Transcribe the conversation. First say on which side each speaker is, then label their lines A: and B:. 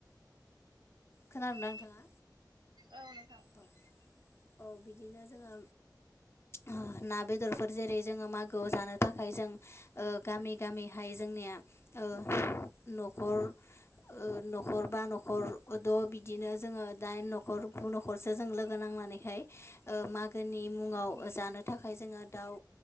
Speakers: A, on the left (about 35°); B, on the right (about 75°).
A: खोनादों
B: औ
A: ना नोंथाङा?
B: औ नोंथां।
A: औ औ बिदिनो जोङो ओ ना बेदरफोर जेरै जोङो मागोआव जानो थाखाय जों ओ गामि गामिहाय जोंनि या ओ न'खर ओ न'खरबा न'खरद' बिदि नो जोङो दाइन न'खर गु न' खरसो जों लोगो नांनानैहाय ओ मागोनि मुङाव
B: औ
A: जानो थाखाय जोङो दाउ